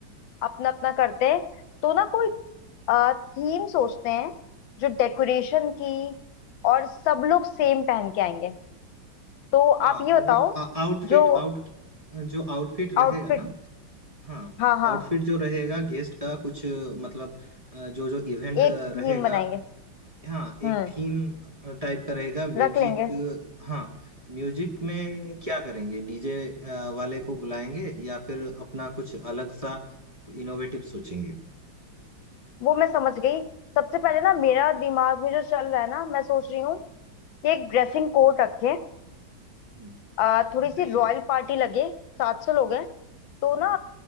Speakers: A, on the left (about 80°); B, on the right (about 20°).
A: अपना अपना करते हैं तो ना कोई थीम सोचते हैं जो डेकोरेशन की और सब लोग सेम पहन के आएंगे तो आप
B: हाँ
A: ये
B: वो
A: बताओ
B: आउटफिट
A: जो
B: आउट जो आउटफिट रहेगा
A: आउटफिट
B: ना हाँ
A: हाँ हाँ
B: आउटफिट जो रहेगा गेस्ट का कुछ मतलब अ, जो जो इवेंट
A: एक थीम
B: रहेगा
A: बनाएंगे
B: हाँ
A: हम्म
B: एक थीम टाइप का रहेगा म्यूजिक
A: रख लेंगे
B: हाँ म्यूजिक में क्या करेंगे डीजे वाले को बुलाएंगे या फिर अपना कुछ अलग सा इनोवेटिव सोचेंगे
A: वो मैं समझ गई सबसे पहले ना मेरा दिमाग में जो चल रहा है ना मैं सोच रही हूँ कि एक ड्रेसिंग कोड रखें
B: हम्म,
A: अ, थोड़ी
B: वो सही
A: सी
B: है
A: रॉयल पार्टी लगे सात सौ लोग हैं तो ना